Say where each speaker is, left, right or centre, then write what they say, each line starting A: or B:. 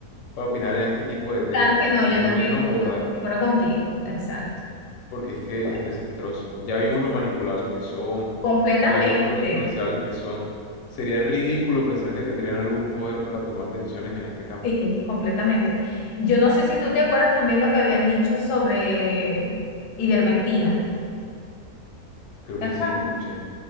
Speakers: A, on the left; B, on the left.
A: para opinar en este tipo de temas
B: claro que no,
A: y
B: yo
A: menos
B: también estoy
A: votar,
B: con- de acuerdo contigo, exacto.
A: porque es que
B: Bueno,
A: es desastroso. Ya vimos lo manipulables que son,
B: completamente,
A: ya vimos lo influenciables que son. Sería ridículo pensar que tendrían algún poder para tomar decisiones en este campo.
B: sí, completamente. Yo no sé si tú te acuerdas también lo que habían dicho sobre ivermectina,
A: Creo
B: ¿te
A: que
B: acuerdas?
A: sí, lo escuché.